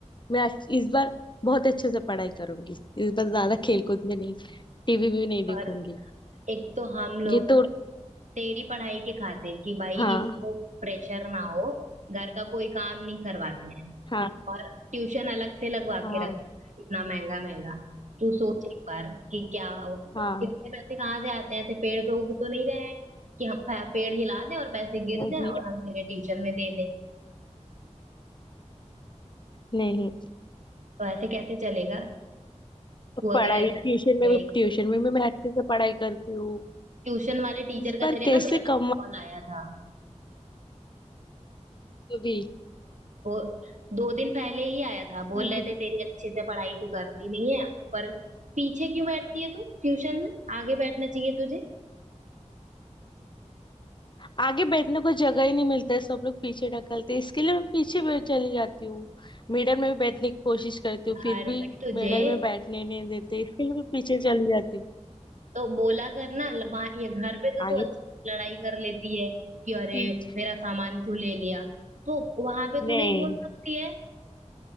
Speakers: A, on the left; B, on the right.
A: मैं आज- इस बार बहुत अच्छे से पढ़ाई करूंगी इस बार ज्यादा खेलकूद में नहीं टीवी भी नहीं देखूंगी
B: और एक तो हम लोग
A: ये तो
B: तेरी पढ़ाई के खातिर कि भाई
A: हाँ
B: इसको प्रेशर ना हो घर का कोई काम नहीं करवाते हैं
A: हाँ
B: और ट्यूशन अलग से लगवा
A: हाँ
B: के रखना है इतना महंगा महंगा तू सोच एक बार कि क्या
A: हाँ
B: इतने पैसे कहाँ से आते हैं ऐसे पेड़ पे उग तो नहीं रहे हैं कि हम पे- पेड़ हिला दें और पैसे गिर
A: वही
B: जाएं और हम तेरे ट्यूशन में दे दें
A: नहीं
B: तो ऐसे कैसे चलेगा तू अगर
A: पढ़ाई
B: ऐसे ही
A: ट्यूशन में
B: गए
A: भी ट्यूशन में भी मैं अच्छे से पढ़ाई करती हूँ
B: ट्यूशन वाले टीचर
A: इस
B: का
A: बार
B: तेरे
A: कैसे
B: ना मेरे पास
A: कमाऊँ
B: कॉल आया था
A: अभी
B: वो दो दिन पहले ही आया था बोल
A: <laughs>
B: रहे थे तेरी अच्छे से पढ़ाई तू करती नहीं है ऊपर पीछे क्यों बैठती है तू ट्यूशन में आगे बैठना चाहिए तुझे
A: आगे बैठने को जगह ही नहीं मिलता है सब लोग पीछे ढकलते हैं। इसके लिए मैं पीछे बैठ चली जाती हूँ मिडल में भी बैठने की कोशिश करती हूँ
B: घर
A: फिर भी
B: पे तुझे
A: मिडल में बैठने नहीं देते इसके लिए मैं पीछे चली जाती हूँ
B: तो बोला करना ल- वहाँ ये घर पे तो
A: आगे
B: तू अच्छे से लड़ाई कर लेती है कि अरे
A: टीच
B: मेरा सामान क्यों ले लिया तो वहां पे तू
A: नहीं
B: नहीं बोल सकती है